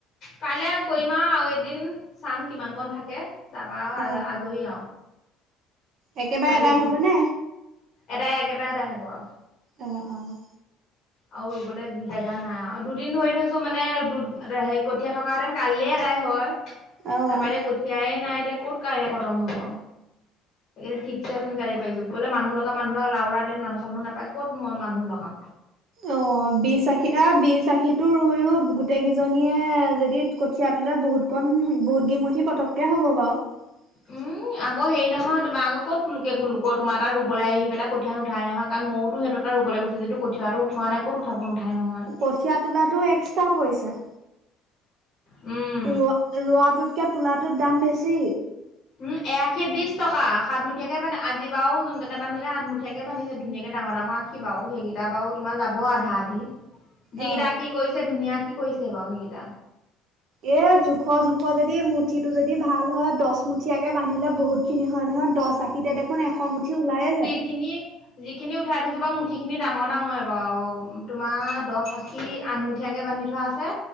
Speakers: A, on the left (about 40°); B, on the right (about 50°).
A: কাইলৈ কৰিম আৰু আৰু এদিন চাম কিমান কন থাকে তাৰপা
B: অ
A: আজৰি আও।
B: একেবাৰে
A: কাইলৈ
B: এদাই
A: দিম
B: হবনে?
A: এদায় একেবাৰে এদায় হব।
B: অহঁ, অঁহ।
A: আও ৰুবলে জেগা নাই আৰু দুদিন ধৰি থৈছো মানে দু হে কঠিয়াত। থকা হেতেন কালিলে এদায় হয় তাৰপা
B: অঁ।
A: এতিয়া কঠিয়াইে নাই এতিয়া ক'ত কাইলে খতম হ'ব। এইকেইদিন ঠিকছে ওথনি গালি পাৰিছে বলা মানুহ লগা মানুহ লগা লাৱৰা মানুহ চানুহ নাপাই কত মই মানুহ লগাম।
B: অ বি আখী অ বি আখীটো ৰুইও গোটেই কেইজনীয়ে যদি কঠিয়া তোলে বহুত। অকণ বহুত গেমঠি পতককে হ'ব বাও। <unintelligible>
A: উম আকৌ হেৰি নহয় তোমাৰ আক কত লোকে লোক তোমাৰ তাত ৰুবলে আহি পেলাই কঠিয়া নোঠাই নহয়। কাৰণ ময়োটো সেতে তাত ৰুবলে গৈছো যিটো কঠাটো উঠোৱা নাই ক'ত ওলাব নহয় নঠাই নহয়।
B: কঠিয়া তোলা এক্সট্ৰা পইচা।
A: উম
B: ৰোৱা ৰোৱাটোতকে তোলাটোত দাম বেছি।
A: উম এ আশী বিশছ টকা সাতমুঠিয়াকে বান্ধে আজি বাও যোনজনে বান্ধিলে সাতমুঠিয়াকে বান্ধিছে ধুনীয়াকে ডাঙৰ ডাঙৰ আছে। কি বাও সেইকেইটা বাৰু তোমাৰ যাব আধা আধি। যিকেইটা
B: অ
A: আশী কৰিছে ধুনীয়া আশী কৰিছে বাৰু সেইকেইটা।
B: এ জোখৰ জোখৰ যদি মুঠিটো যদি ভাল হয় দচ। মুঠিয়াকে বান্ধিলে বহুত খিনি হয় নহয় দহ আশীতে দেখোন এশ মুঠি ওলায়ে যায়।
A: খিনি যিখিনি উঠাই থৈছো বাৰু মুঠি খিনি ডাঙৰ ডাঙৰ বাৰু তোমাৰ দহ আ। শি আঠমুঠিয়াকে বান্ধি থোৱা আছে।